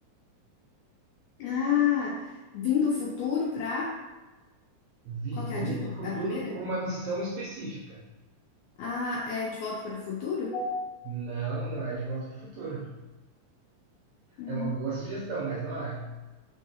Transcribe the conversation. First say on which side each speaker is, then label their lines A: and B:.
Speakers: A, on the left; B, on the right.
A: Ah, vim do futuro pra.
B: Vi-
A: Qual que
B: vindo
A: é a dica?
B: do futuro
A: A primeira?
B: com uma missão específica.
A: Ah, é De Volta para o Futuro?
B: Não, não é de Volta para o Futuro.
A: Hum.
B: É uma boa sugestão, mas não é.